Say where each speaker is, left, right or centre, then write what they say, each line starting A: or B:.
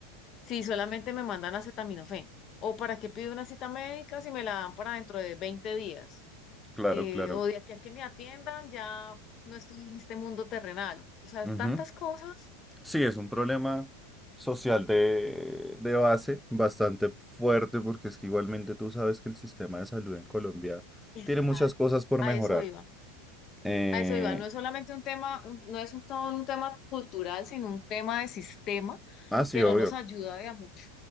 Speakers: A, on the left; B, in the centre.
A: Si solamente me mandan acetaminofén. ¿O para qué pido una cita médica si me la dan para dentro de 20 días?
B: claro,
A: Eh,
B: claro.
A: o de aquí a que me atiendan, ya no estoy en este mundo terrenal. O sea,
B: Ujú.
A: tantas cosas.
B: Sí, es un problema social de, de base bastante fuerte porque es que igualmente tú sabes que el sistema de salud en Colombia
A: Exacto.
B: tiene muchas cosas por
A: A
B: mejorar.
A: eso iba.
B: Eh,
A: A eso iba. No es solamente un tema, un- no es un, todo un tema cultural, sino un tema de sistema
B: ah, sí,
A: que
B: obvio,
A: no nos ayuda de a mucho.